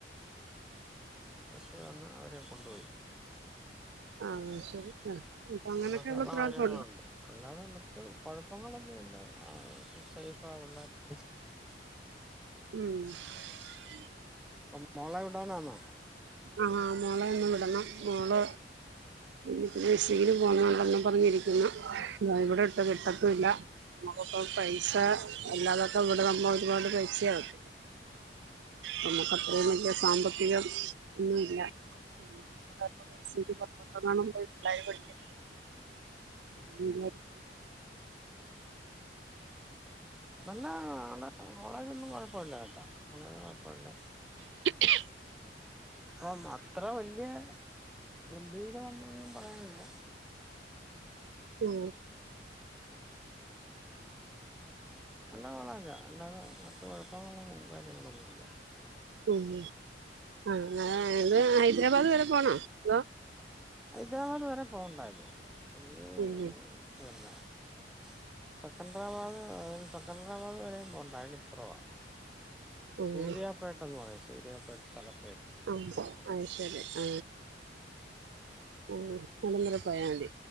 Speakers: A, in the centre; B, on the right (about 75°).
A: <unintelligible> വന്ന അവരെ കൊണ്ടോയി
B: ആ ശരി ആ ഇപ്പൊ അങ്ങനൊക്കെ
A: അങ്ങനൊക്കെയുള്ള
B: ഒള്ള ഉത്തരവാദിത്വ
A: കാര്യങ്ങളുണ്ട്
B: ഒണ്ട്
A: <unintelligible> മറ്റു കൊഴപ്പങ്ങളൊന്നും ഇല്ല ആ സേഫ് പാവുള്ള <unintelligible>
B: ഉം <unintelligible>
A: പ്പം മോളെ വിടാനാണോ
B: ആ മോളെ ഒന്ന് വിടണം മോള് ഇ പിന്നെ ശീല് പോ <inaudible> പറഞ്ഞിരിക്കുന്ന ഇായ ഇവ് ട്ട് കിട്ടത്തില്ല നമുക്ക് പൈസാ അല്ലാതൊക്കെ ഇവിടെ നമ്മ ഒരുപാട് പൈസയാവത്തില്ലേ നമ്മുക്ക് അത്രയും വലിയ സാമ്പത്തികം ഒന്നല്ല <unintelligible> പോയി പിള്ളാരെ പഠിപ്പിക്കാൻ <unintelligible>
A: നല്ല ആ <unintelligible> കോളേജൊന്നും കൊഴപ്പ ഇല്ല കേട്ടോ കോളേജ് കൊഴപ്പ ഇല്ല
B: <unintelligible>
A: അം അത്ര വല്യ ഗംഭീരമവൊന്നൊന്നും പറയാനില്ല
B: തോ
A: നല്ലവളല്ലാ അല്ലാതെ മറ്റ് കൊഴപ്പങ്ങളും <unintelligible> കാര്യങ്ങളൊന്നൂല്ല
B: ഉം ആ ങ്ങാ <unintelligible> ഹൈദരാബാദ് വരെ പോണോ അതോ
A: ഹൈദ്രാബാദ് വരെ പോണ്ടാ <unintelligible>
B: ഉം
A: സെക്കൻഡ്രാബാദ് സെക്കൻഡ്രാബാദ് വരെം പോണ്ട അയിനിപ്പുറവാ
B: ഉം ഉം
A: സൂര്യാപേട്ടന്ന് പറയും സൂര്യാപേട്ട സ്ഥലം
B: അഹ് അയ് ശരി ആ ഓ അടന്നര പോയാ മതി